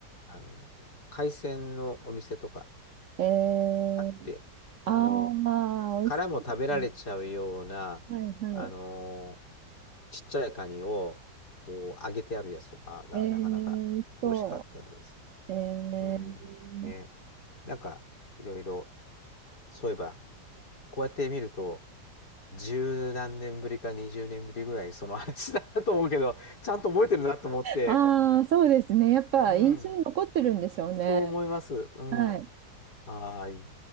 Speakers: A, on the left (about 65°); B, on the right (about 70°).
A: あのー海鮮のお店とか
B: えー、
A: あって、
B: あ
A: あのー
B: あ、
A: 殻も食べられちゃうような、
B: 美味しそうですね。はいはい。
A: あのーちっちゃいカニを、こう、揚げてあるやつとかが、
B: えー、
A: なかなか美味しかったです。
B: 美味しそう。えー、
A: うん。ね。なんか、いろいろ、そういえば、こうやって見ると、十何年ぶりか二十年ぶりぐらいその話だなと思うけど、<laughs> ちゃんと覚えてるなと思って、
B: ああ、そうですね。やっぱ印象に残ってるんでしょうね。
A: うん、そう思います。うん。
B: はい。
A: はーい。